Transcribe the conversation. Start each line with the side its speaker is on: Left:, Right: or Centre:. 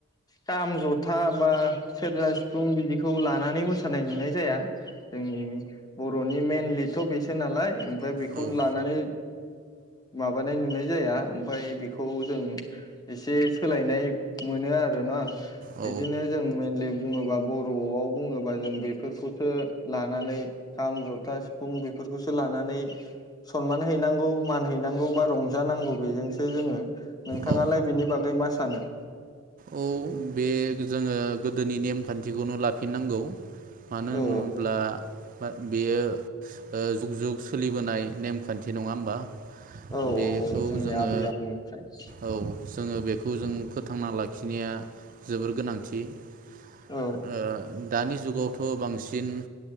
Left: खाम जथा बा सेरजा सिफुं बिदिखौ लानानै मोसानाय नुनाय जाया जोंनि बर'नि मेनलिथ' बेसो नालाय ओमफ्राय बेखौ
Right: औ
Left: लानानै माबानाय नुनाय जाया ओमफ्राय बेखौ जों एसे सोलायनाय मोनो आरो ना
Right: औ
Left: इदिनो जों मेनलि बुङोबा बर'आव बुङोबा जों बेफोरखौसो लानानै खाम जथा सिफुं बेफोरखौसो लानानै सनमान हैनांगौ मान हैनांगौ बा रंजानांगौ बेजोंसो जोङो नोंथाङालाय
Right: औ
Left: बिनि बागै मा सानो
Right: औ बे जोङो गोदोनि नेमखान्थिखौनो लाफिननांगौ मानो होनोब्ला
Left: औ औ
Right: बेयो ओ जुग जुग सोलिबोनाय नेमखान्थि नङा होमबा
Left: औ
Right: बेखौ
Left: औ औ जोंनि
Right: जोङो
Left: आबै आबौनिफ्राय
Right: औ जोङो बेखौ जों फोथांना लाखि खिनाया जोबोर गोनांथि ओ
Left: औ
Right: दानि जुगावथ' बांसिन